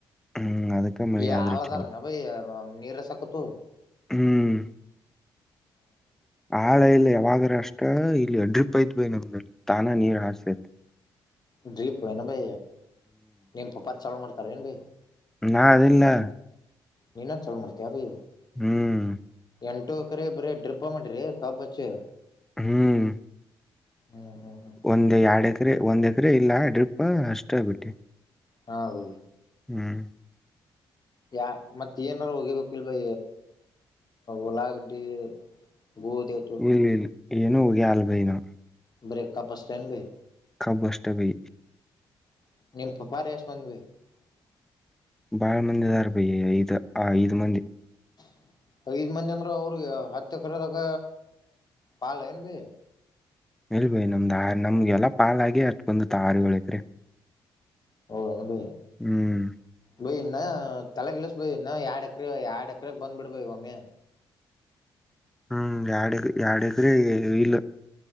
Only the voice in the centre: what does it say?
ಹ್ಮ್ ಅದಕ್ಕ ಮಳಿ
ಆದ್ರ
ಚಲೋ
ಹ್ಮ್ ಆಳ ಇಲ್ಲ ಯಾವಾಗ, ಅಷ್ಟ ಇಲ್ಲಿ ಡ್ರಿಪ ಐತ್ ಬೈ ನಮ್ದ ತಾನಾ ನೀರ್ ಹಸ್ಸೈತ್,
ನಾ ಅದಿನಲಾ,
ಹ್ಮ್.
ಹ್ಮ್.
ಒಂದ ಎರಡ್ ಎಕರೆ ಒಂದ್ ಎಕರೆ ಇಲ್ಲ ಡ್ರಿಪ್ ಅಷ್ಟ ಬಿಟ್ಟನೀ.
ಹ್ಮ್.
ಇಲ್ಲ ಇಲ್ಲ ಏನು ಉಗೆ ಅಲ್ ಬೈ ನಾ.
ಕಬ್ಬ ಅಷ್ಟ್ ಬೈ.
ಬಾಳ ಮಂದಿ ಅದಾರ್ ಬೈ ಐದ ಆ ಐದು ಮಂದಿ.
ಹೇಳ್ ಭೈ ನಮ್ದ ಆ ನಮ್ಗೆ ಎಲ್ಲಾ ಪಾಲಾಗೆ ಅಷ್ಟ ಬಂದತ್ತ ಆರ ಏಳ ಎಕರೆ.
ಹ್ಮ್.
ಹ್ಮ್ ಯಾರ್ಡ್ ಎಕ ಯಾರ್ಡ್ ಎಕರೆ ಇಲ್ಲ